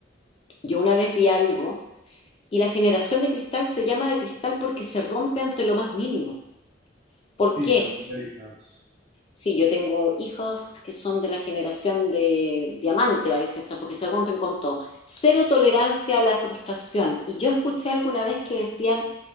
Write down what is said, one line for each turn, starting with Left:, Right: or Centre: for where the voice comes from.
Left: Yo una vez vi algo y la generación de cristal se llama de cristal porque se rompe ante lo más mínimo. ¿Por
Right: Sí,
Left: qué?
Right: son delicados.
Left: Sí, yo tengo hijos que son de la generación de diamante, parece esta, porque se rompen con todo. Cero tolerancia a la frustración. Y yo escuché alguna vez que decían,